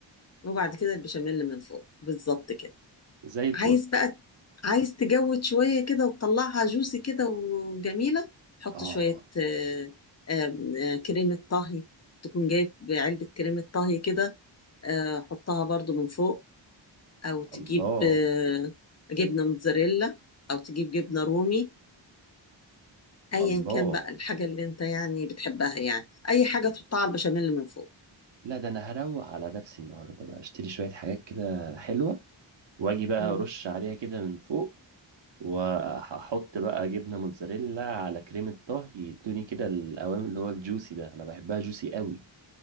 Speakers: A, on the left; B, on the right.
A: وبعد كده البشاميل من فوق بالظبط كده
B: زي الفل
A: عايز بقى عايز تجود شوية كده وتطلعها جوسي كده وجميلة حط
B: اه
A: شوية آه، آم، آه، كريمة طهي تكون جايب علبة كريمة طهي كده آه، حطها برضو من فوق أو تجيب
B: الله
A: آه، جبنة موتزاريلا أو تجيب جبنة رومي ايا
B: الله
A: كان بقى الحاجه اللي انت يعني بتحبها يعني اي حاجه تحطها على البشاميل من فوق
B: لا ده انا هروق على نفسي النهارده بقى اشتري شوية حاجات كده حلوة واجي بقى
A: مم.
B: ارش عليها كده من فوق وهحط بقى جبنه موتزاريلا على كريمه طهي يدوني كده القوام اللي هو الجوسي ده انا بحبها جوسي قوي